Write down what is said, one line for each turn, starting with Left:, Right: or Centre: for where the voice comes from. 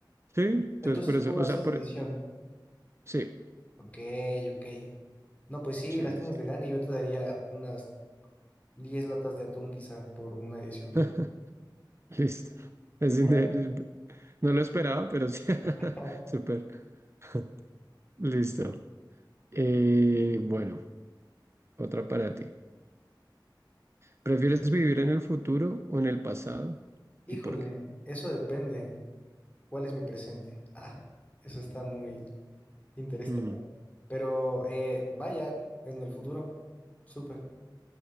Right: Sí, entonces
Left: Entonces
Right: por eso,
Left: tú
Right: o
Left: haces
Right: sea, por...
Left: edición.
Right: Sí,
Left: Ok, ok. No, pues sí,
Right: sí,
Left: las tienes
Right: sí,
Left: de
Right: sí.
Left: gana y yo te daría unas 10 latas de atún quizá por una edición de...
Right: <laughs> Listo. Es inde-
Left: Ah.
Right: No lo esperaba, pero sí. <laughs>
Left: <laughs>
Right: Súper. <laughs> Listo. Eh, bueno, otra para ti. ¿Prefieres vivir en el futuro o en el pasado?
Left: Híjole,
Right: ¿Y por qué?
Left: eso depende. ¿Cuál es mi presente? Ah, eso está muy interestelar.
Right: Mm,
Left: Pero eh, vaya, en el futuro. Súper.